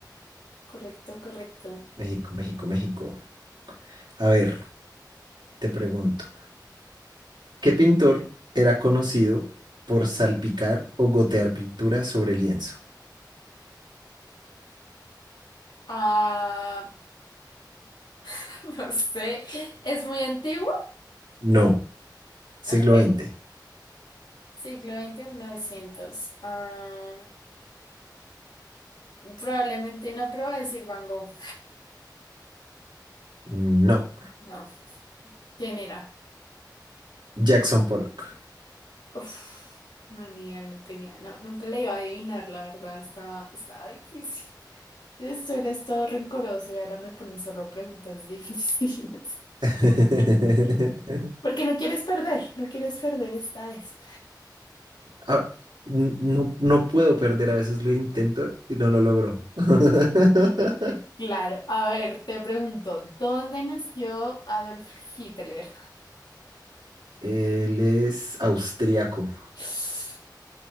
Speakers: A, on the left; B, on the right.
A: correcto, correcto.
B: México, México, México. A ver, te pregunto, ¿qué pintor era conocido por salpicar o gotear pintura sobre lienzo?
A: Ah, <laughs> no sé, ¿es muy antiguo?
B: No. Siglo
A: Ok,
B: XX.
A: siglo XX, novecientos Ah, probablemente no, pero voy a decir Van Gogh.
B: No.
A: No, ¿quién era?
B: Jackson Pollock.
A: Uf, no, ni idea, no tenía, no, nunca le iba a adivinar, la verdad, estaba, estaba difícil. Esto eres todo rencoroso y ahora me pones solo preguntas difíciles.
B: <laughs>
A: <laughs> Porque no quieres perder, no quieres perder esta vez.
B: Ah, n- no, no puedo perder, a veces lo intento y no lo logro. <laughs>
A: Sí. Claro, a ver, te pregunto, ¿dónde nació Adolf Hitler?
B: Él es austriaco.
A: <laughs>